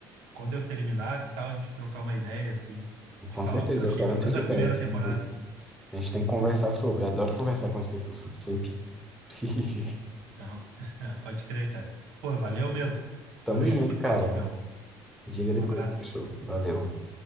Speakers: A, on the right (about 90°); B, in the centre.
A: quando eu terminar, que tal a gente trocar uma ideia, assim, de
B: Com
A: falar
B: certeza,
A: o que eu achei,
B: eu quero
A: pelo
B: um
A: menos
B: feedback.
A: a primeira temporada.
B: E a gente tem que conversar sobre. Adoro conversar com as pessoas sobre Twin Peaks. <laughs>
A: Então, <laughs> pode crer, cara. Pô, valeu mesmo.
B: Tamo
A: Depois a
B: junto,
A: gente se fala,
B: cara.
A: então.
B: Diga
A: Um
B: depois
A: abraço.
B: que show. Valeu.